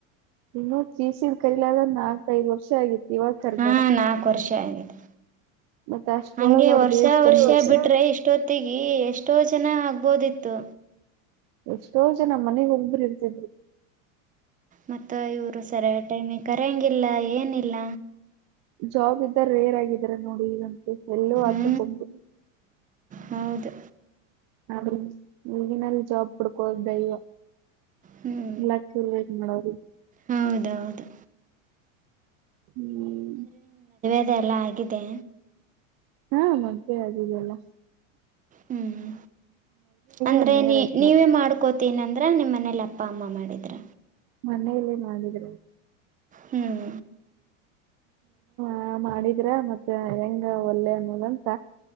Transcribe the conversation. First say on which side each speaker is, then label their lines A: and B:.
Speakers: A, on the right; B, on the right.
A: ಇನ್ನುೂ ಚೀಸಿದ ಕರಿೀಲಾದ ನಾಲ್ಕೈಐದು ವರ್ಷ ಆಗಿತ್ತು. ಇವಾಗ ಕರ್ದಾರ
B: ಹಾ ನಾಕು ವರ್ಷ ಆಗಿದೆ
A: ಮತ್ತ ಅಷ್ಟ್ರೊಳಗ
B: ಹಂಗೆ
A: ಅವ್ರದ
B: ವರ್ಷ
A: ಏಜ್ ಕಮ್ಮಿ
B: ವರ್ಷ
A: ಇರ್ತೈತಿ
B: ಬಿಟ್ರೆ ಇಷ್ಟೊತ್ತಗಿ ಎಷ್ಟೊ ಚೆನ್ನಾಗಗ್ಬೋದಿತ್ತು
A: ಎಷ್ಟೋ ಜನ ಮನೆಗ್ ಒಂದಬರು ಇರ್ತಿದ್ರಿ
B: ಮತ್ತುತ್ತ ಇವರು ಸರಿಯ ಟೈಮಿಗೆ ಕರೆಯಂಗಿಲ್ಲ ಏನಿಲ್ಲ
A: ಜಾಬ್ ಇದ್ದ ರೇರ್ ಆಗಿದಿದ್ದಾರೆ ನೋಡಿ ಈಗಂತ ಎಲ್ಲೋ
B: ಹ್ಞೂ
A: ಆತ ತೊಂಡು
B: ಹೌದು
A: ಅ ಈಗಿನಲ್ಲಿ ಜಾಬ್ ಪುಡ್ಕೋದು ದೈವ
B: ಹ್ಞೂ
A: ಲಕ್ಷ ಪಾಯಟ್ ಮಾಡೋದು
B: ಹೌದೌದು
A: ಹ್ಮ್
B: ಇದೆಲ್ಲ ಆಗಿದೆ
A: ಹಾ ಮದುವೆ ಅಿಲ್ಲಲ್ಲ
B: ಹ್ಮ್ ಅಂದ್ರೆ
A: ಒನ್ ಇಯರ್
B: ನೀ
A: ಆಯ್ತ್
B: ನೀವೇ
A: ಮತ್
B: ಮಾಡ್ಕೋತೀನ. ಅಂದ್ರೆ ನಿಮ್ಮ ಮನೇಲಿ ಅಪ್ಪ ಅಮ್ಮ ಮಾಡಿದ್ರ.
A: ಮನೆಯಲ್ಲೇ ಮಾಡಿದರು.
B: ಹ್ಮ್.
A: ಹ ಮಾಡಿದ್ರ ಮತ್ತ ಹೆಂಗ ಒಳ್ಳೆ ಅನ್ನೋದಂತ.